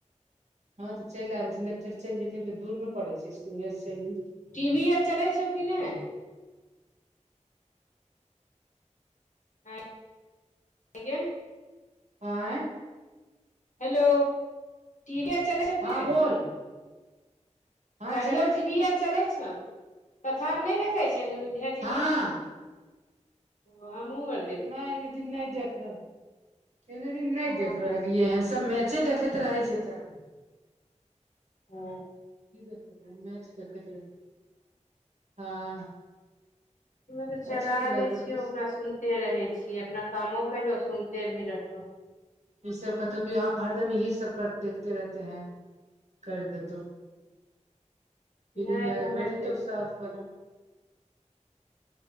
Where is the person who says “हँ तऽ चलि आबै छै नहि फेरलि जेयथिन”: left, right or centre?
Right